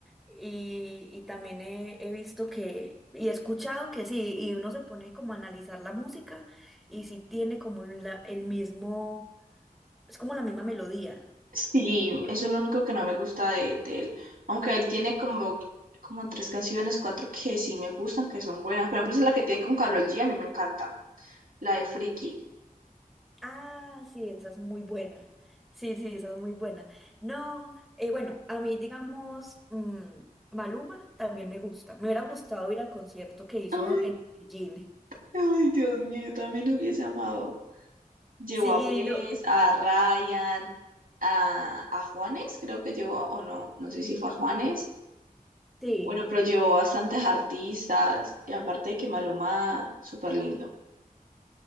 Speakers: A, in the centre; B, on the right.
A: y, y también he, he visto que, y he escuchado que sí, y uno se pone como a analizar la música y sí tiene como la- el mismo, es como la misma melodía.
B: Sí, eso es lo único que no me gusta de, de él. Aunque él tiene como, como tres canciones, cuatro que sí me gustan, que son buenas. Por ejemplo, esa es la que tiene con Karol G, a mí me encanta. La de Friki.
A: Ah, sí, esa es muy buena. Sí, sí, esa es muy buena. No, eh, bueno, a mí digamos, mm, Maluma también me gusta. Me hubiera gustado ir al concierto que hizo
B: Ay,
A: en Medellín.
B: ay, Dios mío, yo también hubiese amado. Llevó
A: Sí,
B: a Bless,
A: lo,
B: a Ryan, a, a Juanes, creo que llevó, o no, no sé si fue a Juanes.
A: sí.
B: Bueno, pero llevó bastantes artistas. Y aparte de que Maluma, súper lindo.